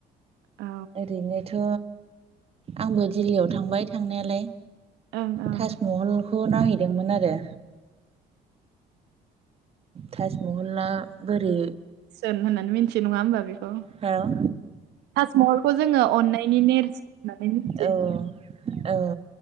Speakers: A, on the right (about 85°); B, on the right (about 35°).
A: औ
B: ओरैनोथ' आंबो दिल्लीयाव थांबाय थांनायालाय
A: ओं ओं
B: ताजमहलखौ नायहैदोंमोन आरो ताजमहलाआ बोरै
A: सोन होननानै मिथि नङा होनोमबा बेखौ
B: औ
A: ताजमहलखौ जोङो अन्नायनि नेरस होन्नानै मोन
B: औ औ